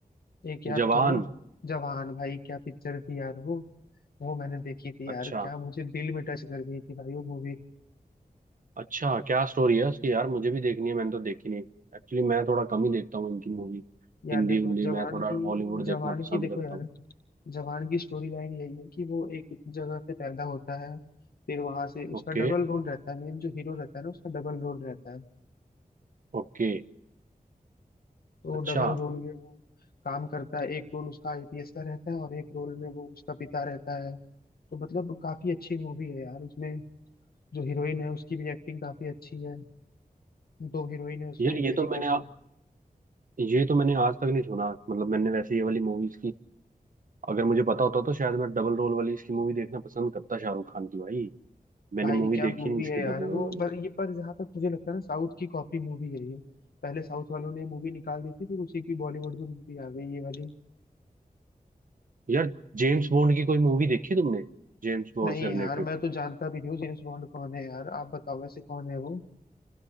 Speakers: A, on the left (about 85°); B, on the right (about 60°).
A: एक याद
B: जवान
A: करो जवान भाई क्या पिक्चर थी यार वो वो मैंने देखी थी
B: अच्छा
A: यार क्या मुझे दिल में टच कर गई थी भाई वो मूवी
B: अच्छा क्या स्टोरी है उसकी यार मुझे भी देखनी है मैंने तो देखी नहीं एक्चुअली मैं थोड़ा कम ही देखता हूँ इनकी मूवी
A: यार
B: हिंदी
A: देखो
B: हिंदी
A: जवान
B: मैं थोड़ा
A: की
B: हॉलीवुड
A: जवान
B: देखना पसंद
A: की देखो
B: करता
A: यार
B: हूँ
A: जवान की स्टोरी लाइन यही है कि वो एक जगह पे पैदा होता है फिर वहां से उसका
B: ओके
A: डबल रोल रहता है मेन जो हीरो रहता है ना उसका डबल रोल रहता है
B: ओके
A: तो
B: अच्छा
A: डबल रोल में वो काम करता है एक रोल उसका आईपीएस का रहता है और एक रोल में वो उसका पिता रहता है तो मतलब काफी अच्छी मूवी है यार उसमें जो हीरोइन है उसकी भी एक्टिंग काफी अच्छी है दो हीरोइन है उसमें
B: यार
A: एक
B: ये
A: तरीके
B: तो मैंने
A: से
B: ये तो मैंने आज तक नहीं सुना मतलब मैंने वैसे ये वाली मूवीज की अगर मुझे पता होता तो शायद मैं डबल रोल वाली इसकी मूवी देखना पसंद करता शाहरुख खान की भाई मैंने
A: भाई
B: मूवी
A: क्या
B: देखी
A: मूवी
B: नहीं इसकी
A: है यार
B: डबल रोल
A: वो
B: वाली
A: पर ये पर जहाँ तक मुझे लगता है ना साउथ की कॉपी मूवी है ये पहले साउथ वालों ने मूवी निकाल दी थी फिर उसी की बॉलीवुड में मूवी आ गई ये वाली
B: यार जेम्स बॉन्ड की कोई मूवी देखी तुमने जेम्स बॉन्ड
A: नहीं
B: से
A: यार
B: रिलेटेड
A: मैं तो जानता भी नहीं हूँ जेम्स बॉन्ड कौन है यार आप बताओ वैसे कौन है वो